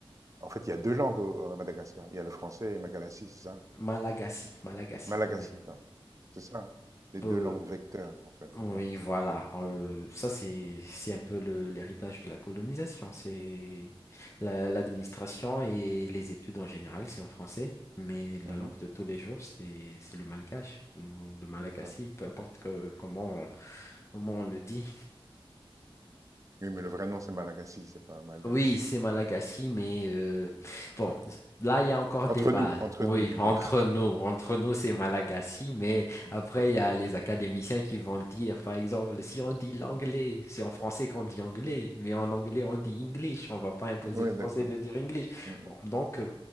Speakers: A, on the right (about 35°); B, on the left (about 30°).
A: en fait, il y a deux langues au- à Madagascar. Il y a le français et Malagasy, c'est ça?
B: Malagasy, Malagasy,
A: Malagasy,
B: oui.
A: pardon. C'est ça, hein. les
B: Ouais.
A: 2 langues vecteurs, en fait,
B: Oui,
A: non?
B: voilà. Euh, ça, c'est, c'est un peu le- l'héritage de la colonisation. C'est la- l'administration et les études en général, c'est en français, mais
A: Mmh
B: la langue de tous les jours, c'est, c'est le malgache, ou le malagasy,
A: d'accord.
B: peu importe que, comment, on- comment on le dit.
A: Oui, mais le vrai nom, c'est Malagasy, c'est pas malgache.
B: Oui, c'est Malagasy, mais euh, bon, là, il y a encore
A: Entre
B: débat.
A: nous, entre
B: Oui,
A: nous, je veux
B: entre
A: dire.
B: nous, entre nous, c'est Malagasy, mais
A: <laughs> D'accord.
B: après, il y a les académiciens qui vont dire, par exemple, si on dit l'anglais, c'est en français qu'on dit anglais, mais en anglais, on dit English, on va pas imposer
A: Oui,
B: aux Français
A: d'accord.
B: de dire English.
A: Mmh
B: Bon, donc, euh,